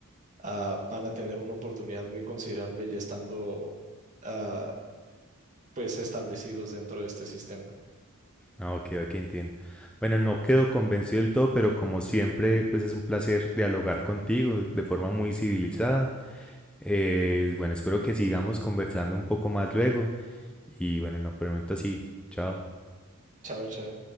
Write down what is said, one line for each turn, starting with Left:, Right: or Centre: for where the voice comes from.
Right: ah, van a tener una oportunidad muy considerable ya estando ah, pues establecidos dentro de este sistema.
Centre: Ah, ok, ok, entiendo. Bueno, no quedo convencido del todo, pero como siempre, pues es un placer dialogar contigo de forma muy civilizada. Eh, bueno, espero que sigamos conversando un poco más luego. Y bueno, no, por el momento así. Chao.
Right: Chao, chao.